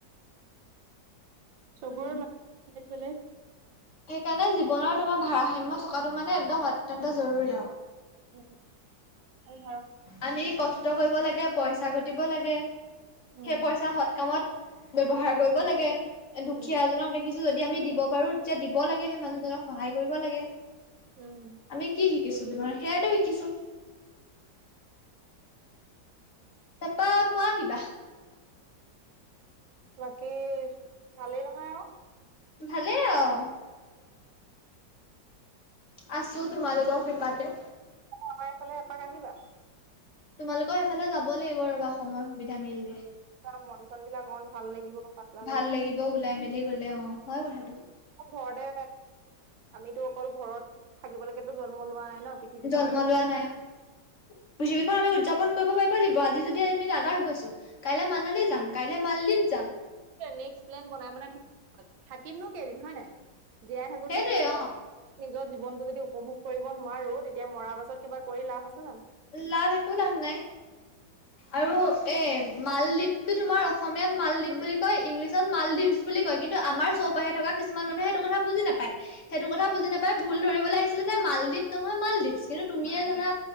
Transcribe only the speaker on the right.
চবৰ,
বেলেগ বেলেগ
উ, হয়, হা
উম
উম,
উম,
বাকী, ভালেই নহয় আৰু
আমাৰ ফাললে এপাক আহিবা।
অকমান মন চন বিলাক অকমান ভাল লাগিব পাতলা
ঘৰতে আমিতো অকল ঘৰত থাকিবলৈকেতো জন্ম লোৱা নাই ন পৃথিৱীখন
আমি
নেক্স প্লেন বনাই বনাই থৈ দিম থাকিমনো কেইদিন হয় নাই। জীয়াই থাকো
নে <unintelligible>
নিজৰ জীৱনতটো যদি উপভোগ কৰিব নোৱাৰো তেতিয়া মৰা পাছত কিবা কৰি লাভ আছে জানো।